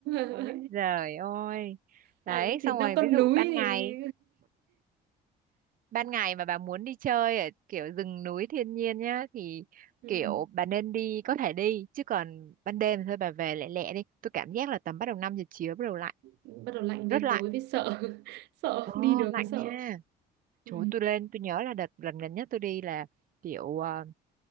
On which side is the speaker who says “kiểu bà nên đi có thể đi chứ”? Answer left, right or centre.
Right